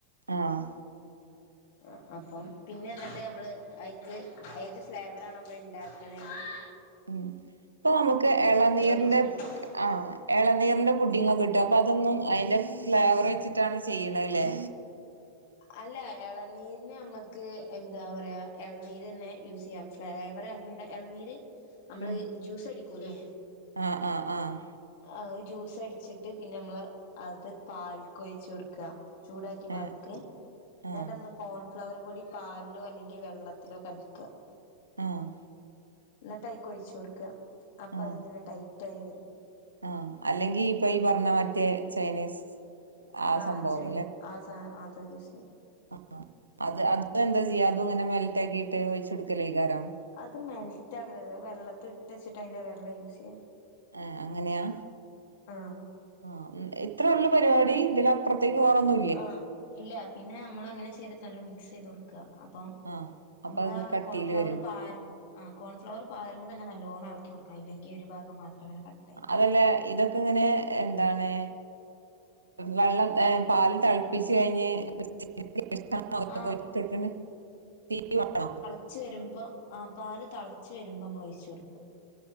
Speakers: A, on the right (about 75°); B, on the left (about 50°).
A: ആഹ്
B: ആഹ് അപ്പം പിന്നെ എന്നിട്ട് നമ്മള് ഐക്ക് ഏത് ഫ്ലേവറാണോ നമ്മൾ ഉണ്ടാക്കണമെങ്കിൽ
A: ഉം ഇപ്പൊ നമുക്ക് ഇളനീറിന്റെ
B: ഒഴിച്ചു കൊടുത്താ മതി
A: ആഹ് ഇളനീറിന്റെ പുട്ടിങ്ങൊക്കെ കിട്ടും അപ്പൊ അതൊന്നും അതിന്റെ ഫ്ലേവർ വെച്ചിട്ടാണ് ചെയ്യ്ണല്ലേ
B: അല്ല ഇളനീരിന് നമ്മുക്ക് എന്താ പറയാ ഇളനീര് തന്നെ യൂസ് ചെയ്യാം ഫ്ലേവറെ അല്ല ഇളനീര് നമ്മൾ
A: ഉം
B: ജ്യൂസ് അടിക്കൂല്ലേ
A: ആഹ് ആഹ് ആഹ്
B: ആം ജ്യൂസ് അടിച്ചിട്ട് പിന്നെ നമ്മള് അത് പാൽക്ക് ഒഴിച്ചകൊടുക്കുക ചൂടാക്കിയ
A: ഏഹ്
B: പാൽക്ക്
A: ആഹ്
B: നട്ട് നമ്മൾ കോൺഫ്ലവർ പൊടി പാലിലോ അല്ലെങ്കിൽ വെള്ളത്തിലോ കലക്ക
A: ആഹ്
B: എന്നിട്ട് അതിലേക്ക് ഒഴിച്ചു കൊടുക്ക അപ്പൊ
A: ആഹ്
B: അത്ങ്ങനെ ടൈറ്റ് ആയി വരും
A: ആഹ് അല്ലെങ്കി ഇപ്പൊ ഈ പറഞ്ഞ മറ്റേ ചൈനീസ് ആ
B: ആഹ്
A: സംഭവം
B: ചെ ആഹ് സാനം ആത് യൂസ് ചെയ്യാം
A: ആഹ് അത് അതന്താ ചെയ്യ അതും ഇങ്ങനെ മെൽറ്റ് ആക്കിട്ട് ഒഴിച്ച് കൊടുക്കലേക്കാരം
B: അത് മെൽറ്റ് ആകലല്ലാ വെള്ളത്തില് ഇട്ട് വെച്ചിട്ട് അതിന്റെ വെള്ളം യൂസ് ചെയ്യല്ല
A: ഏഹ് അങ്ങനെയാ
B: ആഹ്
A: ആഹ് ഇത്രയള്ളൂ പരിപാടി ഇതിലപ്പുറത്തേക്ക് വേറൊന്നും
B: ആഹ് ഇല്ല പിന്നെ നമ്മൾ അങ്ങനെ ചെയ്തിട്ടല്ലോ മിക്സ് ചെയ്ത് കൊടുക്കും അപ്പം
A: ആഹ് അപ്പൊ
B: നമ്മള്
A: അത്
B: ആഹ്
A: കട്ടിയില്
B: കോൺഫ്ലവർ
A: വരും
B: പാരും ആഹ് കോൺഫ്ലവർ പാരുമമ്പോ തന്നെ നല്ല ഓണം ഇളക്കി കൊടുക്കണം ഇല്ലെങ്കിൽ ഒരു ഭാം മാത്രംങ്ങനെ കട്ടി
A: അതല്ല ഇതൊ ഇങ്ങനെ എന്താണ് വെള്ളം പാൽ തെൾപ്പിച്ച് കഴിഞ്ഞ് <unintelligible>
B: ആഹ്
A: തീ വേണോ
B: ച്ച് വരുമ്പോ ആ പാല് തൾച്ച് വരുമ്പോ നമ്മൾ ഒഴിച്ച് കൊടുക്കും